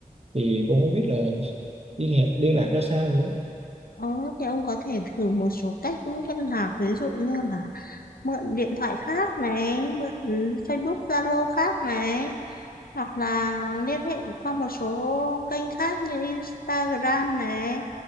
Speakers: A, on the right; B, on the left.
A: thì cũng không biết là liên hệ liên lạc ra sao nữa
B: ờ, thì ông có thể thử một số cách liên lạc ví dụ như là mượn điện thoại khác này mượn Facebook Zalo khác này hoặc là liên hệ qua một số kênh khác như Instagram này